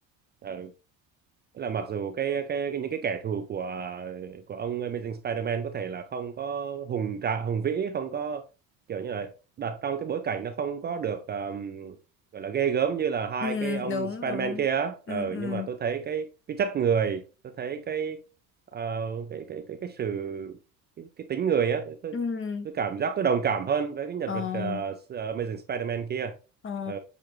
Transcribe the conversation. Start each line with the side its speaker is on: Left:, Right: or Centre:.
Right: ừ, Nghĩa là mặc dù cái cái, cái những cái kẻ thù của của ông Amazing Spider-Man có thể là không có hùng trạ hùng vĩ không có kiểu như là đặt trong cái bối cảnh nó không có được um, gọi là ghê gớm như là hai
Left: Ừm,
Right: cái ông
Left: đúng
Right: Spider-Man
Left: đúng
Right: kia á ờ,
Left: Ừm, ừm,
Right: nhưng mà tôi thấy cái cái chất người tôi thấy cái ờ, cái cái cái cái sự cái, cái tính người á tôi, tôi
Left: ừm,
Right: tôi cảm giác tôi đồng cảm hơn với cái nhân
Left: ờ
Right: vật ờ, Amazing Spider-Man kia
Left: ờ
Right: Ờ,